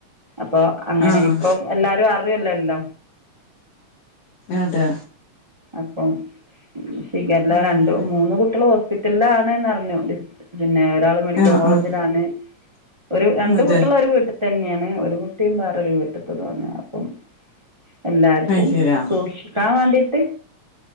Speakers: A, on the right; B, on the left.
A: അപ്പൊ അങ്ങനെ
B: ആഹ്
A: ഇപ്പൊ എല്ലാരും അറിയല്ലല്ലോ
B: അതെ
A: അപ്പം ഷിഗല്ല
B: അങ്ങനെ
A: രണ്ടു മൂന്ന് കുട്ടികള് ഹോസ്പിറ്റല്ലാണ് എന്നറിഞ്ഞു പിന്നെ ഒരാള് മെഡിക്കൽ
B: ആഹ്
A: കോളേജിലാണ്
B: ആഹ്
A: ഒരു രണ്ട്
B: അതെ
A: കുട്ടികളൊര് വീട്ട് തന്നെയാണ് ഒരു കുട്ടിയും വേറൊരു വീട്ടിത്തതാണ് അപ്പം എല്ലാർക്കും
B: അത് ശരി ആഹ്
A: സൂക്ഷിക്കാൻ വേണ്ടീട്ട്